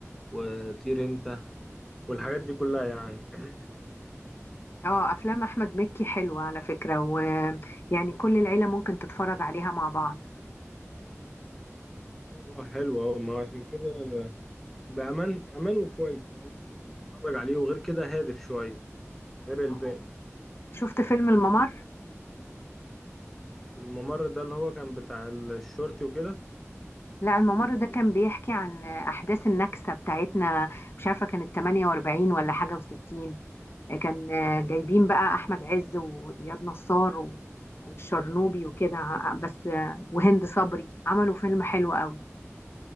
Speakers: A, in the centre; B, on the left.
A: وطير انت والحاجات دي كلها يعني <clears throat>
B: اه افلام احمد مكي حلوة على فكرة ويعني كل العيلة ممكن تتفرج عليها مع بعض
A: اه حلو اه ما عشان كده بأمان أمان وكويس فاهم فممكن أتفرج عليه وغير كده هادف شوية غير الباقي
B: آه. شفت فيلم الممر
A: الممر ده اللي هو كان بتاع الشرطي وكده
B: لا الممر ده كان بيحكي عن احداث النكسة بتاعتنا مش عارفة كانت 48 ولا حاجة و60 كان آه، جايبين بقى احمد عز واياد نصار و- والشرنوبي وكده ع- بس آه، وهند صبري عملوا فيلم حلو قوي